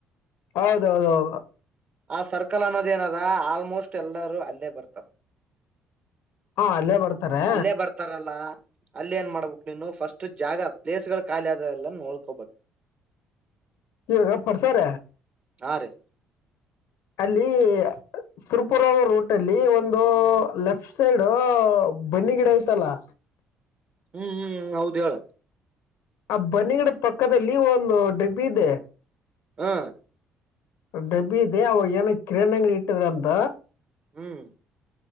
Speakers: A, on the left (about 80°); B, on the right (about 35°).
A: ಹೌದೌದ ಹೌದು
B: ಆ ಸರ್ಕಲ್ ಅನ್ನೋದ ಏನದ ಆಲ್ಮೋಸ್ಟ್ ಎಲ್ಲರೂ ಅಲ್ಲೇ ಬರ್ತಾರ
A: ಹಾ ಅಲ್ಲೇ ಬರ್ತಾರೆ
B: ಅಲ್ಲೇ ಬರ್ತಾರಲ್ಲ ಅಲ್ಲ ಏನ್ ಮಾಡ್ಬೇಕಕ್ು ನೀನು ಫಸ್ಟ್ ಜಾಗ ಪ್ಲೇಸ್ ಗಳು ಖಾಲಿ ಆದ ಎಲ್ಲ ನೋಡ್ಕೋಬೇಕು <inaudible>
A: ಇಾಗ ಪರ್ಸರ
B: ಹಾ ರೀ
A: ಅಲ್ಲಿ ಸುರಪುರ ರೂಟ್ ಅಲ್ಲಿ ಒಂದು ಲೆಫ್ಟ್ ಸೈಡ್ ಬನ್ನಿ ಗಿಡ ಆಯ್ತಲ್ಲಾ
B: ಹ್ಮ್ ಹ್ಮ್ ಹೌದ್ ಹೇಳ
A: ಆ ಬನ್ನಿಗಡ ಪಕ್ಕದಲ್ಲಿ ಒಂದು ಡಬ್ಬಿ ಇದೆ
B: ಹಾ
A: ಡಬ್ಬಿದೆ ಅವಾಗ ಏನ ಕಿರಾಣಿಂಗ ಇಟ್ಟಿದ್ರ ಅಂತ
B: ಹ್ಮ್